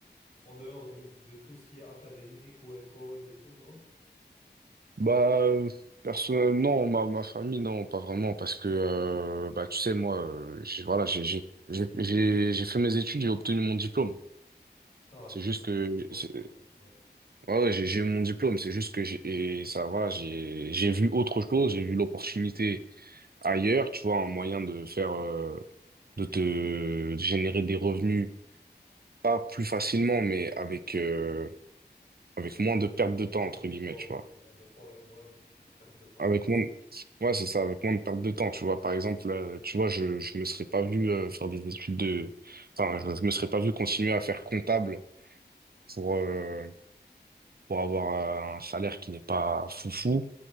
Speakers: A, on the left; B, on the right.
A: en dehors de, de tout ce qui est académique ou école et tout, non?
B: Bah, euh, personnellement, non, ma, ma famille, non, pas vraiment, parce que, euh, bah, tu sais, moi, euh, j'ai, voilà, j'ai, j'ai, j'ai, j'ai j'ai fait mes études, j'ai obtenu mon diplôme.
A: Ah,
B: C'est
A: du
B: juste
A: coup, t'as
B: que,
A: as obtenu ton
B: c'est-
A: diplôme. Ouais.
B: Ouais, ouais, j'ai j'ai eu mon diplôme, c'est juste que j'ai, et ça va, j'ai, j'ai vu autre chose, j'ai vu l'opportunité ailleurs, tu vois, un moyen de faire, euh, de te de générer des revenus, pas plus facilement, mais avec, euh, avec moins de perte de temps,
A: Moins
B: entre
A: d'efforts,
B: guillemets, tu vois.
A: oui. Moins d'efforts et moins de perte de temps.
B: Avec moins, de- ouais, c'est ça, avec moins de perte de temps, tu vois. Par exemple, euh, tu vois, je, je me serais pas vu, euh, faire des études de, enfin, je me serais pas vu continuer à faire comptable pour,
A: Mm.
B: euh, pour avoir un salaire qui n'est pas foufou.